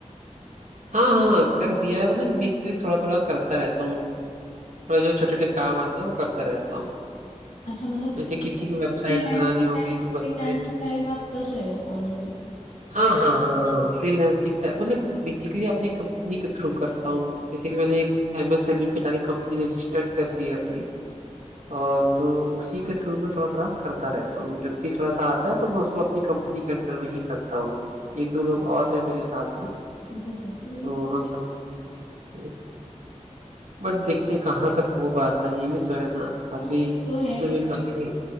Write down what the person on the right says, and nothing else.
हाँ हाँ हाँ, कर दिया है मतलब कि बेसिकली थोड़ा थोड़ा करता रहता हूँ थोड़ा जो छोटे छोटे काम आते हैं वो करता रहता हूँ
जैसे किसी की वेबसाइट बनानी होगी
तो वेबसाइट
हाँ हाँ हाँ हाँ फ्रीलांसिंग टाइप मतलब बेसिकली अपनी कंपनी के थ्रू करता हूँ बेसिकली मैंने एक एमएसएमई पे जाके कंपनी रजिस्टर्ड कर दी है अपनी और तो उसी के थ्रू मैं थोड़ा थोड़ा करता रहता हूँ जब भी थोड़ा सा आता है तो मैं उसको अपनी कंपनी के अंडर में ही करता हूँ एक दो लोग और हैं मेरे साथ में
तो हम सब लोग ऐसे ही करते हैं बट देखते हैं कहाँ तक हो पाता है ये भी तो है ना काफी
इसमें
भी काफी